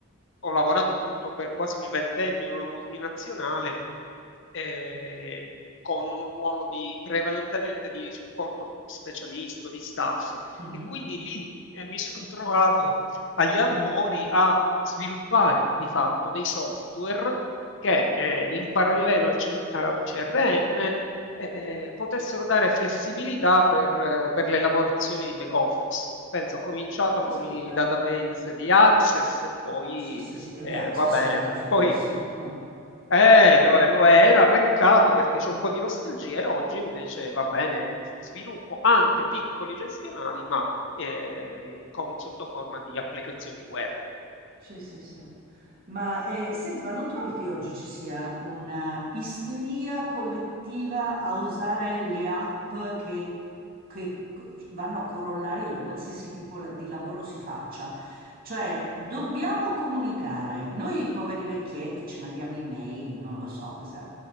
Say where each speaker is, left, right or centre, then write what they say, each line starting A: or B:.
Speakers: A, on the left (about 60°); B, on the right (about 45°).
A: ho lavorato appunto per quasi un ventennio in una multinazionale eh, con un ruolo di, prevalentemente di supporto specialistico, di staff.
B: Mhm.
A: E quindi lì eh, mi sono trovato agli albori a sviluppare di fatto dei software che eh, in parallelo al, C- al CRM eh, potessero dare flessibilità per, per le lavorazioni di back office. Penso, ho cominciato
B: Caspita.
A: con i database di Access e poi
B: Sì, sì, sì, e
A: eh,
B: beh, Access
A: va bene,
B: era fighissimo.
A: poi
B: Ah.
A: eh, lo, eh, lo era, peccato perché c'è un po' di nostalgia e oggi invece va bene, sviluppo anche piccoli gestionali, ma eh, con- sotto forma di applicazioni web.
B: Sì, sì, sì. Ma eh, senti, ma non trovi che oggi ci sia una isteria collettiva a usare le app che, che vanno a corollario di qualsiasi tipo la- di lavoro si faccia? Cioè, dobbiamo comunicare. Noi poveri vecchietti ci mandiamo email, non lo so cosa.